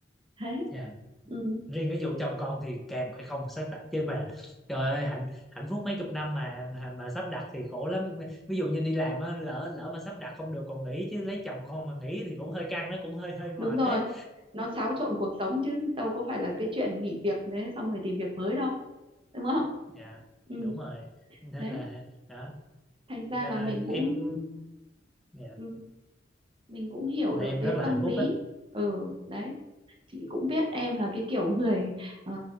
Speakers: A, on the right (about 30°); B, in the centre.
A: thế
B: dạ
A: ừ
B: riêng cái vụ chồng con thì càng phải không sắp đặt chứ mà trời ơi hạnh hạnh phúc mấy chục năm mà mà, mà sắp đặt thì khổ lắm ví dụ như đi làm á lỡ lỡ mà sắp đặt không được còn nghỉ chứ lấy chồng con mà nghỉ thì cũng hơi căng nó cũng hơi hơi mệt
A: đúng rồi
B: đấy
A: nó xáo trộn cuộc sống chứ đâu có phải là cái chuyện nghỉ việc đấy xong rồi tìm việc mới đâu đúng không
B: dạ
A: ừ
B: đúng rồi nên
A: đấy
B: là đó
A: thành ra
B: nên
A: là
B: là
A: mình cũng
B: em dạ,
A: ừ, mình cũng hiểu
B: nên
A: được
B: em
A: cái
B: rất là
A: tâm
B: hạnh
A: lý
B: phúc á
A: ừ đấy chị cũng biết em là cái kiểu người ờ,